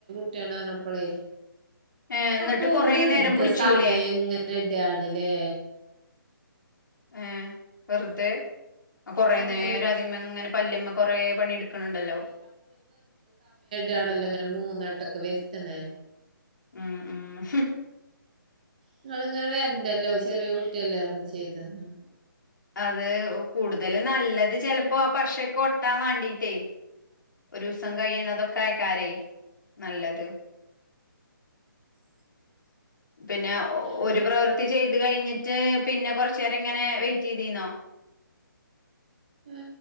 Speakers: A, on the right; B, on the left.
A: <unintelligible>
B: ഏ എന്നിട്ട്
A: അപ്പൊ
B: കൊറേ
A: വെറുത
B: നേരം പിടിച്ചൂലേ
A: സമയം ങ്ങനെടാണ്ല്ലേ
B: ഏഹ് വേർതെ കൊറെ
A: അപ്പൊ
B: നേരം
A: ഓല്
B: അതിമ്മ ഇങ്ങനെ പല്ല്മ്മ കൊറെ പണിട്ക്കണണ്ടല്ലോ
A: അതാണല്ലോ ഇങ്ങനെ മൂന്നട്ടൊക്കെ വര്ത്തണേ
B: ആഹ് ആഹ്
A: ഇങ്ങള്ങ്ങനെ വരണ്ടല്ലോ ചെറിയ കുട്ടിയല്ലേ ർഞ്ഞു ചെയ്തപ്പോ
B: അത് കൂടുതൽ നല്ലത് ചെലപ്പോ ആ പശക്കെ ഒട്ടാൻ വേണ്ടിട്ടേ ഒരു ദിവസം കൈയണതൊക്കായ്ക്കാരേ നല്ലത്
A: <inaudible>
B: പിന്നെ
A: ഏഹ്,
B: ഒരു പ്രവൃത്തി ചെയ്ത് കഴിഞ്ഞിട്ട് പിന്നെ കൊറച്ചേരങ്ങനെ വെയി <unintelligible>
A: ഏ